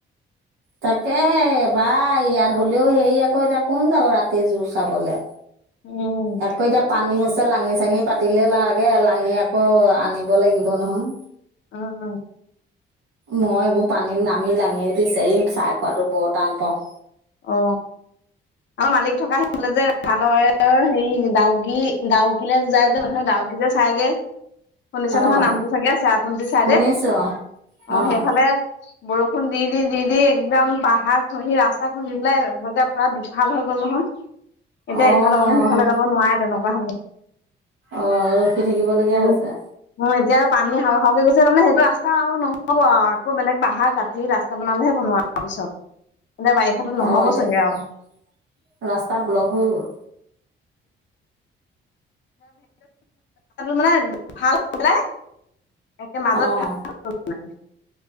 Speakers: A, on the right (about 80°); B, on the left (about 65°).
A: তাকেহে পায় ইয়াত, হলেও হেৰি আকৌ এতিয়া কোন যাব ৰাতি জোৰ চাবলে।
B: উম
A: আকৌ এতিয়া পানী হৈছে লাঙি চাঙি পাতিলে লাগে, লাঙি আকৌ আনিব লাগিব নহয়
B: উম, উম।
A: মই এইবোৰ পানীত নামি লাঙি বিচাৰিম চাই খোৱাতো বৰ টান পাওঁ।
B: অ আৰু মালিক থকা সিফাললে যে ভালৰৰ হেৰি ডাউকি ডাউকৈ যায় যে মানুহে ডাউকি যে চাইগে। শুনিছে নহয়
A: অঁ
B: নামটো চাগে আছে চেৰাপুঞ্জী চাইদে
A: শুনিছোঁ
B: অ
A: অঁ
B: সেইফালে বৰষুণ দি দি দি দি একদম পাহাৰ খহি ৰাস্তা খহি পেলাই বজাৰ পুৰা দুফাল হৈ গ'ল নহয়। এতিয়া
A: অঁ
B: ইফালে মানুহ সিফালে যাব নোৱাৰে তেনেক কুৱা হৈ থাকিলে।
A: অঁ অঁ ৰখি থাকিবলগীয়া
B: উম
A: হৈছে
B: উম এতিয়া পানী যে পনি হাও হাওকে গৈছে তাৰমানে সেইটো ৰাস্তা ৰা আৰু নহ'ব আৰু আকৌ বেলেগ পাহাৰ কাাটি ৰাস্তা বনালেহে বনোৱাাৰ পিছত। এতিয়া বাৰিষাতো নহ'ব
A: অ এতিয়া
B: চাগে আৰু
A: ৰাস্তা ব্লক হৈ গ'ল।
B: মানে ভাল হৈ পেলাই একে মাজত
A: অঁ
B: ভাগ ভাগ